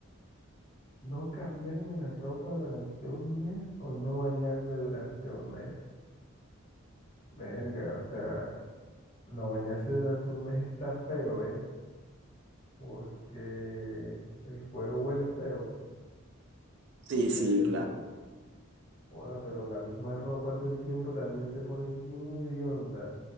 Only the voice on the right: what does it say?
Sí,
sí, claro.